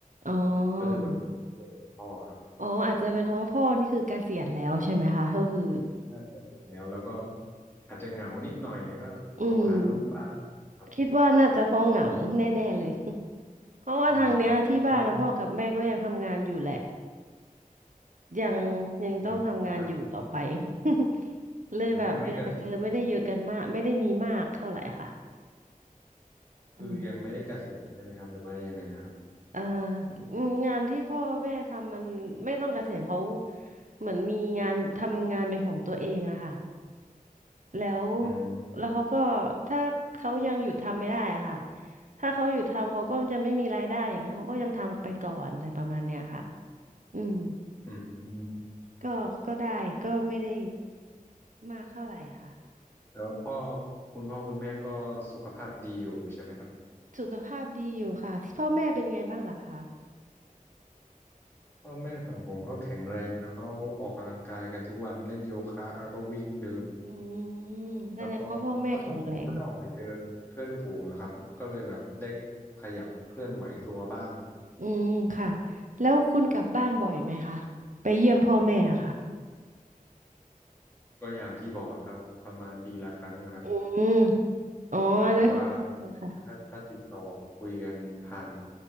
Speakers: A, on the right; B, on the left.
A: อ๋อ
B: ก็คือวันเกิดวันเกิดพ่อครับ
A: อ๋ออาจจะเป็นเพราะว่าพ่อนี่คือเกษียณแล้วใช่ไหมคะก็คือ
B: น่าจะถึงแล้วแล้วก็อาจจะเหงานิดหน่อยก็โทรหาลูกบ้างนะครับ
A: อืมคิดว่าน่าจะเพราะเหงาแน่ๆเลย เพราะว่าทางเนี้ยที่บ้านนะพ่อกับแม่ก็ยังทำงานอยู่แหละ
B: อืมแล้ว
A: ยังยังต้องทำงานอยู่ต่อไป
B: อืมครับ
A: <laughs> เลยแบบเวลาเจอไม่ได้เยอะกันมากไม่ได้มีมากเท่าไหร่ค่ะ
B: ยังไม่เกษียณเหรอคือยังไม่ได้เกษียณใช่ไหมครับหรือว่ายังไงนะครับ
A: อืมเอ่ออืมงานที่พ่อแม่ทำมันไม่ต้องเกษียณเขาเหมือนมีงานทำงานเป็นของตัวเองอะค่ะแล้ว
B: อืม
A: แล้วเขาก็ถ้าเขายังหยุดทำไม่ได้อะค่ะถ้าเขาหยุดทำเขาก็จะไม่มีรายได้อย่างเงี้ยเขาก็ยังทำไปก่อนอะไรประมาณเนี้ยค่ะอืม
B: อืม
A: ก็ก็ได้ก็ไม่ได้มากเท่าไหร่ค่ะ
B: แต่ว่าพ่อคุณพ่อคุณแม่ก็สุขภาพดีอยู่ใช่ไหมครับ
A: สุขภาพดีอยู่ค่ะที่พ่อแม่เป็นไงบ้างล่ะคะ
B: พ่อแม่ฝั่งผมก็แข็งแรงครับเขาออกกำลังกายกันทุกวันเล่นโยคะแล้วก็วิ่งเดิน
A: อืมแสดงว่าพ่อแม่แข็งแรง
B: แล้วก็เขาชอบเขาชอบออกไปเจอเพื่อนฝูงอะครับก็เลยแบบได้ขยับเคลื่อนไหวตัวบ้าง
A: อืมค่ะแล้วคุณกลับบ้านบ่อยไหมคะไปเยี่ยมพ่อแม่อะค่ะ
B: ก็อย่างที่บอกครับประมาณปีละครั้งครับ
A: อืมอ๋ออันนั่นคือโอเคค่ะ
B: แต่ว่าถ้าถ้าติดต่อคุยกันผ่าน